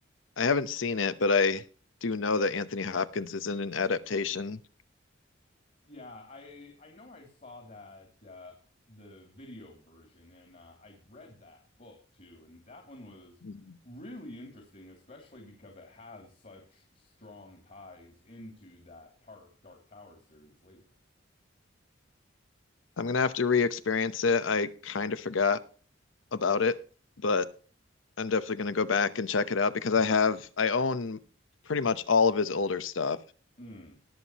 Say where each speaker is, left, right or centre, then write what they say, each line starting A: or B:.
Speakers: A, on the left; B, on the left.
A: I haven't seen it, but I do know that Anthony Hopkins is in an adaptation.
B: yeah, I I know I saw that uh the video version and uh I read that book too and that one was
A: Mhm.
B: really interesting especially because it has such strong ties into that tar Dark Tower series later.
A: I'm gonna have to re-experience it. I kind of forgot about it, but I'm definitely gonna go back and check it out because I have I own pretty much all of his older stuff.
B: Mm.